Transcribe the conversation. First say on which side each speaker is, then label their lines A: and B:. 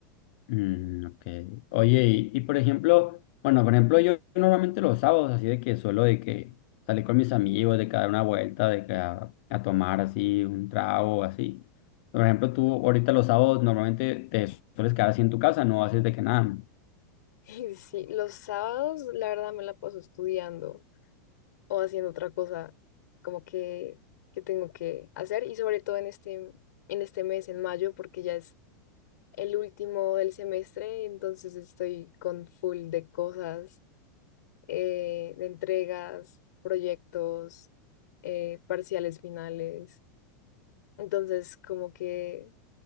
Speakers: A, on the left; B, on the left.
A: Mm, ok. Oye, y, y por ejemplo, bueno, por ejemplo, yo normalmente los sábados, así de que suelo de que salir con mis amigos, de que dar una vuelta, de que a, a tomar así un trago, así. Por ejemplo, tú ahorita los sábados normalmente te sueles quedar así en tu casa, no haces de que nada.
B: Y sí, los sábados la verdad me la paso estudiando o haciendo otra cosa como que, que tengo que hacer y sobre todo en este, en este mes, en mayo, porque ya es el último del semestre, entonces estoy con full de cosas, eh, de entregas, proyectos, eh, parciales finales. Entonces como que